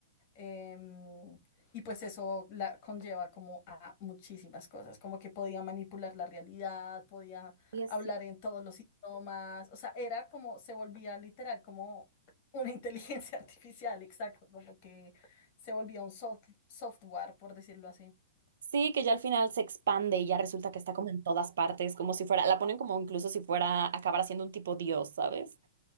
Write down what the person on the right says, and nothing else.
Sí, así.
Sí, que ya al final se expande y ya resulta que está como en todas partes, como si fuera, la ponen como incluso si fuera acabar siendo un tipo dios, ¿sabes?